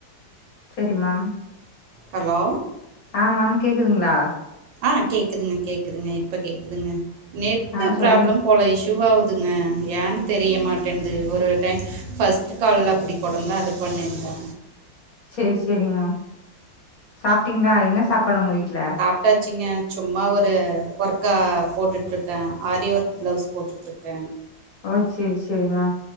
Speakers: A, on the left; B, on the right.
A: சரி மேம்
B: ஹலோ
A: ஆ மேம் கேக்குதுங்ளா
B: ஆ கேக்குதுங்க கேக்குதுங்க இப்ப கேக்குதுங்க நெட்
A: ஆ சொல்லுங்க
B: ப்ராப்ளம் போல இஷு வாவுதுங்க ஏன் தெரிய மாட்டேன்து ஒரு ஒரு டைம் ஃபஸ்ட் கால்ல அப்டி கொடந்தா அது பண்ணிருந்தா
A: செரி செரிம்மா சாப்டீங்ளா என்ன சாப்பாடு உங்க வீட்ல
B: போட்டாச்சிங்க சும்மா ஒரு ஒர்க்கா போட்டுட்டுருக்கே ஆரி ஒர்க் பிளவுஸ் போட்டுட்டுருக் கே
A: ஆ சேரி சேரிமா